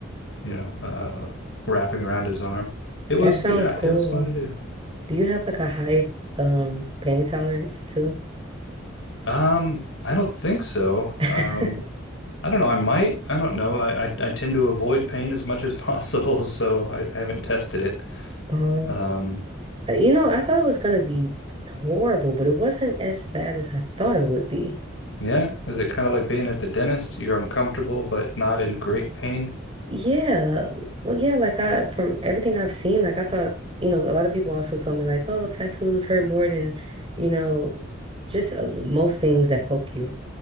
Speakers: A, on the left (about 70°); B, on the right (about 30°).
A: you know uh, wrapping around his arm. It
B: That
A: was
B: sounds
A: yeah,
B: cool.
A: it was fun to do.
B: Do you have like a high um pain tolerance too?
A: Um, I don't think so.
B: <laughs>
A: Um, I don't know. I might. I don't know. I, I, I tend to avoid pain as much as possible, <laughs> so I, I haven't tested it.
B: Um,
A: Um,
B: uh, you know, I thought it was gonna be horrible, but it wasn't as bad as I thought it would be.
A: yeah, is it kind of like being at the dentist? You're uncomfortable, but not in great pain.
B: Yeah, well, yeah, like I from everything I've seen, like I thought, you know, a lot of people also told me like, oh, tattoos hurt more than, you know, just uh, most things that poke you.